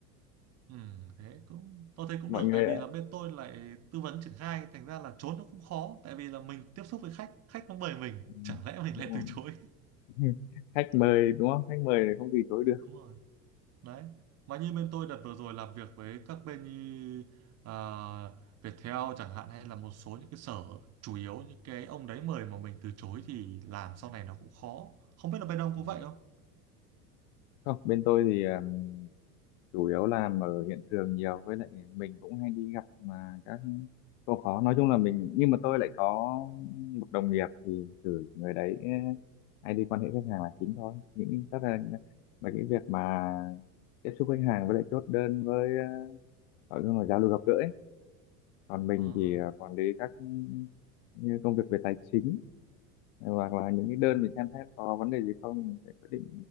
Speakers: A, on the right; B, on the left.
A: ừm, thế cũng tôi thấy cũng
B: mọi
A: được
B: người
A: tại vì là bên tôi lại tư vấn triển khai thành ra là trốn nó cũng khó tại vì là mình tiếp xúc với khách khách nó mời mình
B: Ừ.
A: chẳng lẽ mình
B: đúng
A: lại
B: rồi
A: từ chối
B: <laughs> khách mời đúng không khách mời thì không từ chối được
A: đúng rồi Đấy. Mà như bên tôi đợt vừa rồi làm việc với các bên như à, Viettel chẳng hạn hay là một số những cái sở chủ yếu những cái ông đấy mời mà mình từ chối thì làm sau này nó cũng khó. Không biết là bên ông
B: Ừ.
A: có vậy không?
B: không bên tôi thì um, chủ yếu làm ở hiện trường nhiều với lại mình cũng hay đi gặp mà các cô khó nói chung là mình nhưng mà tôi lại có một đồng nghiệp thì cử người đấy eh, hay đi quan hệ khách hàng là chính thôi những tất là là những việc mà tiếp xúc khách hàng với lại chốt đơn với eh, gọi là giao lưu gặp gỡ ấy. còn mình
A: À,
B: thì eh, quản lý các như công việc về tài chính hoặc là những cái đơn
A: à,
B: mình xem xét có vấn đề gì không mình sẽ quyết định